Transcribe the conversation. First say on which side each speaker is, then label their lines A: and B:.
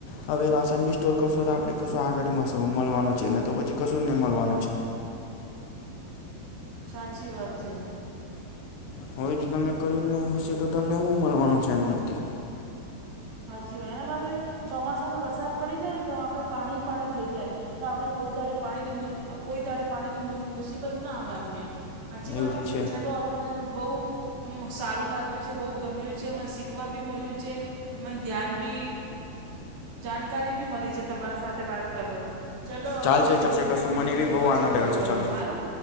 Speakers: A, on the left; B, on the right.
A: આ હવે રાશન બી સ્ટોર કરશો તો આપે કશું આગળ મળવાનું છે તો પછી કશું નહી મળવાનું છે
B: સાચી વાત છે
A: હવે જો તમે કર્યું હશે તો તમને શું મળવાનું છે એનામાંથી
B: હચીવાય એના મારે ચોમાસાની વરસાદ પડી જાય ને તો આપણે પાણી પાણી થઈ જાય તો આપણે કોઈ દાડે પાણીની કોઈ દાડે પાણીની મુસીબત ના આવે આપણે સાચી
A: એવું
B: વાત કે
A: જ
B: નહી
A: છે
B: ચલો હવે મને બહુ સારું લાગ્યું છે બહુ ગમ્યું છે મને શીખવા બી મળ્યું છે મને ધ્યાન બી જાણકારી બી મળી છે તમારા સાથે વાત કરો ચલો હવે
A: ચાલશે
B: પછીક
A: ચાલશે કશું
B: મૂકું
A: મને બી
B: હું
A: બહુ
B: પછી
A: આનંદ આવ્યો
B: કોલ
A: છે
B: કરું
A: ચાલો
B: સારું